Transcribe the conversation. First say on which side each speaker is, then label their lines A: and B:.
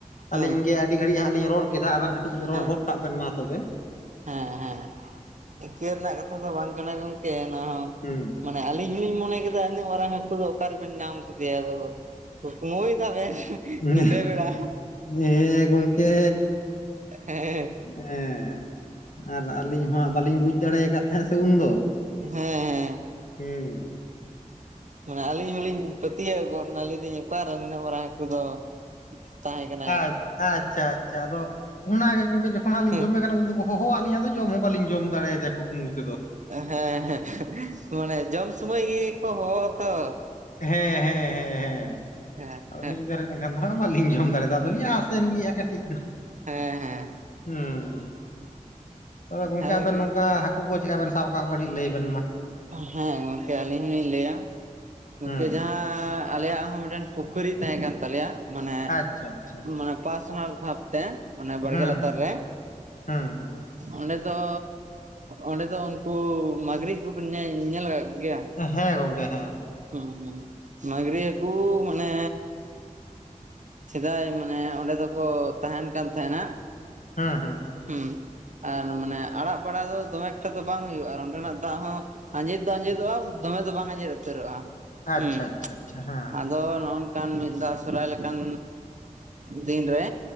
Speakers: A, on the right; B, on the left.
A: ᱦᱮᱸ
B: ᱟᱹᱞᱤᱧ ᱜᱮ ᱟᱹᱰᱤ ᱜᱷᱟᱹᱲᱤᱡ ᱦᱟᱸᱜ ᱞᱤᱧ ᱨᱚᱲ ᱠᱮᱫᱟ, ᱟᱵᱮᱱ ᱠᱟᱹᱴᱤᱡ ᱨᱚᱲ
A: ᱦᱮᱸ
B: ᱜᱚᱫ ᱠᱟᱜ ᱵᱮᱱ ᱢᱟ ᱛᱚᱵᱮ ᱾
A: ᱦᱮᱸ ᱦᱮᱸ, ᱤᱠᱟᱹ ᱨᱮᱱᱟᱜ ᱠᱟᱛᱷᱟ ᱫᱚ ᱵᱟᱝ ᱠᱟᱱᱟ ᱜᱚᱢᱠᱮ ᱚᱱᱟ ᱦᱚᱸ
B: ᱦᱩᱸ
A: ᱢᱟᱱᱮ ᱟᱹᱞᱤᱧ ᱦᱚᱞᱤᱧ ᱢᱚᱱᱮ ᱠᱮᱫᱟ, ᱤᱱᱟᱹᱜ ᱢᱟᱨᱟᱝ ᱦᱟᱹᱠᱩ ᱫᱚ ᱚᱠᱟᱨᱮᱵᱮᱱ ᱧᱟᱢ ᱠᱮᱫᱮᱭᱟ ᱟᱫᱚ ᱾ ᱴᱩᱠᱢᱩ ᱭᱮᱫᱟ ᱵᱤᱱ
B: ᱦᱩᱸ
A: ᱧᱤᱫᱟᱹ ᱵᱮᱲᱟ ᱾
B: ᱦᱮᱸ ᱜᱚᱝᱠᱮ
A: ᱦᱮᱸ᱾
B: ᱦᱮᱸ ᱟᱨ ᱟᱹᱞᱤᱧ ᱦᱚᱸ ᱵᱟᱹᱞᱤᱧ ᱵᱩᱡ ᱫᱟᱲᱮᱠᱟᱫ ᱛᱟᱦᱮᱸᱫ ᱥᱮ ᱩᱱᱫᱚ
A: ᱦᱮᱸ
B: ᱾ ᱦᱮᱸ᱾
A: ᱢᱟᱱᱮ ᱟᱹᱞᱤᱧ ᱦᱚᱸᱞᱤᱧ ᱯᱟᱹᱛᱭᱟᱹᱣ ᱜᱚᱫ ᱱᱟᱹᱞᱤᱧ, ᱞᱟᱹᱭ ᱫᱟᱹᱧ ᱚᱠᱟᱨᱮ ᱱᱤᱱᱟᱹᱜ ᱢᱟᱨᱟᱝ ᱦᱟᱹᱠᱩ ᱫᱚ ᱛᱟᱦᱮᱸ ᱠᱟᱱᱟ᱾
B: ᱟᱪᱷᱟ ᱟᱪᱪᱷᱟ ᱟᱪᱪᱷᱟ᱾ ᱟᱫᱚ ᱚᱱᱟᱜ ᱜᱮ ᱜᱚᱝᱠᱮ ᱡᱚᱠᱷᱚᱱ ᱦᱟᱸᱜ ᱞᱤᱧ
A: ᱦᱮᱸ
B: ᱡᱚᱢᱮ ᱠᱟᱱᱟ ᱩᱱ ᱫᱚ ᱦᱚᱦᱚ ᱟᱫ ᱞᱤᱧᱟ, ᱟᱫᱚ ᱡᱚᱢ ᱦᱚᱸ ᱵᱟᱹᱞᱤᱧ ᱡᱚᱢ ᱫᱟᱲᱮᱭᱟᱫᱮᱭᱟ ᱠᱩᱠᱢᱩ ᱛᱮ
A: ᱦᱮᱸ ᱦᱮ ᱢᱟᱱᱮ ᱡᱚᱢ ᱥᱚᱢᱚᱭ ᱤᱭᱟᱹ ᱠᱚ ᱦᱚᱦᱚᱼᱟ ᱛᱚ
B: ᱦᱮᱸ ᱦᱮᱸ ᱦᱮᱸ ᱦᱮᱸ,
A: ᱦᱮᱸ
B: ᱟᱫᱚᱞᱤᱧ
A: ᱦᱮᱸ
B: ᱵᱮᱨᱮᱫ ᱮᱱᱠᱷᱟᱱ ᱫᱚ ᱦᱟᱜ ᱵᱟᱞᱤᱧ ᱡᱚᱢ ᱫᱟᱲᱮ ᱟᱫᱚᱞᱤᱧ ᱟᱸᱥᱮᱱ ᱜᱮᱭᱟ, ᱠᱟᱹᱴᱤᱡ ᱫᱚ
A: ᱦᱮᱸ ᱦᱮᱸ
B: ᱦᱮᱸ᱾ ᱛᱚᱵᱮ ᱜᱚᱝᱠᱮ
A: ᱦᱮᱸ
B: ᱟᱵᱮᱱ ᱱᱚᱝᱠᱟ, ᱦᱟᱹᱠᱩ ᱠᱚ ᱪᱮᱠᱟ ᱵᱮᱱ ᱥᱟᱵ ᱟᱠᱟᱫ ᱠᱚ ᱠᱟᱹᱴᱤᱡ ᱞᱟᱹᱭ ᱵᱤᱱ ᱢᱟ ᱾
A: ᱦᱮᱸ ᱜᱚᱝᱠᱮ ᱟᱹᱞᱤᱧ ᱞᱤᱧ ᱞᱟᱹᱭᱟ᱾ ᱜᱚᱝᱠᱮ
B: ᱦᱩᱸ
A: ᱡᱟᱦᱟᱸ ᱟᱞᱮᱭᱟᱜ ᱦᱚᱸ ᱮᱱ ᱯᱩᱠᱷᱨᱤ ᱛᱟᱦᱮᱸ ᱠᱟᱱ ᱛᱟᱞᱮᱭᱟ᱾ ᱢᱟᱱᱮ
B: ᱟᱪᱪᱷᱟ ᱟᱪᱪᱷᱟ
A: ᱢᱟᱱᱮ ᱯᱟᱨᱥᱚᱱᱟᱞ ᱵᱷᱟᱵ ᱢᱚᱱᱮ ᱵᱟᱲᱜᱮ
B: ᱦᱩᱸ
A: ᱞᱟᱛᱟᱨ
B: ᱦᱩᱸ
A: ᱨᱮ,
B: ᱦᱩᱸ ᱦᱩᱸ
A: ᱚᱸᱰᱮ ᱫᱚ, ᱚᱸᱰᱮ ᱫᱚ ᱩᱱᱠᱩ ᱢᱟᱹᱜᱽᱨᱤ ᱦᱟᱹᱠᱩ ᱵᱤᱱ ᱧᱮᱞ ᱟᱠᱟᱫ ᱠᱚ ᱜᱮᱭᱟ᱾
B: ᱦᱮᱸ ᱜᱚᱢᱠᱮ ᱦᱮᱸ ᱦᱮᱸ
A: ᱦᱩᱸ ᱦᱩᱸ ᱢᱟᱜᱨᱤ ᱦᱟᱠᱩ ᱢᱟᱱᱮ ᱥᱮᱫᱟᱭ ᱢᱟᱱᱮ ᱚᱸᱰᱮ ᱫᱚᱠᱚ ᱛᱟᱦᱮᱸᱱ ᱠᱟᱱ ᱛᱟᱦᱮᱱᱟ᱾
B: ᱦᱮᱸ ᱦᱮᱸ
A: ᱦᱮᱸ ᱟᱨ ᱢᱟᱱᱮ ᱟᱲᱟᱜ ᱵᱟᱲᱟ ᱫᱚ ᱫᱚᱢᱮ ᱮᱠᱴᱟ ᱫᱚ ᱵᱟᱝ ᱦᱩᱭᱩᱜᱼᱟ ᱟᱨ ᱚᱸᱰᱮᱱᱟᱜ ᱫᱟᱜ ᱦᱚᱸ᱾ ᱟᱸᱡᱮᱫ ᱫᱚ ᱟᱸᱡᱮᱫᱚᱜᱼᱟ ᱫᱚᱢᱮ ᱫᱚ ᱵᱟᱝ ᱟᱸᱡᱮᱫ ᱩᱛᱟᱹᱨᱚᱜ-ᱟ
B: ᱟᱪᱪᱷᱟ
A: ᱦᱩᱸ
B: ᱟᱪᱪᱷᱟ ᱟᱪᱪᱷᱟ ᱦᱮᱸ
A: ᱟᱫᱚ ᱱᱚᱜ ᱠᱟᱱ ᱢᱤᱫ ᱫᱷᱟᱣ ᱥᱚᱨᱦᱟᱭ ᱞᱮᱠᱟᱱ ᱫᱤᱱ ᱨᱮ